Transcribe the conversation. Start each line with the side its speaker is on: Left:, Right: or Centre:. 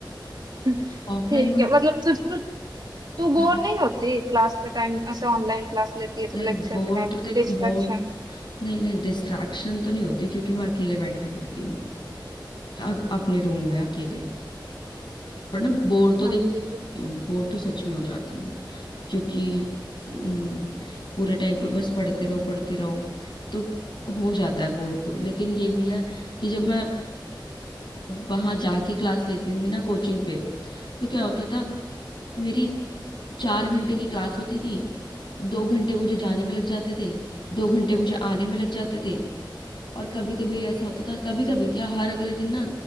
Right: <laughs>
Left: ऑफलाइन
Right: ठीक
Left: में
Right: है मतलब तुझ तू, तू बोर
Left: हम्म।
Right: नहीं होती क्लास के टाइम ऐसे ऑनलाइन क्लास लेती है तो
Left: यार
Right: लेक्चर
Left: बोर
Right: के टाइम
Left: तो देख
Right: डिस्ट्रैक्शन
Left: बोर नहीं नहीं डिस्ट्रैक्शन तो नहीं होती क्योंकि मैं अकेले बैठ के पढ़ती हूँ अ- अपने रूम में अकेले पर ना बोर तो
Right: समझे
Left: देखो हो जाती हूँ बोर तो सच में हो जाती हूँ क्योंकि हम्म, पूरे टाइम पे बस पढ़ते रहो पढ़ते रहो तो हो जाता है बोर तो लेकिन ये भी है कि जब मैं वहां जाके क्लास लेती थी ना कोचिंग पे तो क्या होता था मेरी चार घंटे की क्लास होती थी दो घंटे मुझे जाने में लग जाते थे दो घंटे मुझे आने में लग जाते थे और कभी कभी ऐसा होता था कभी कभी क्या हर अगले दिन ना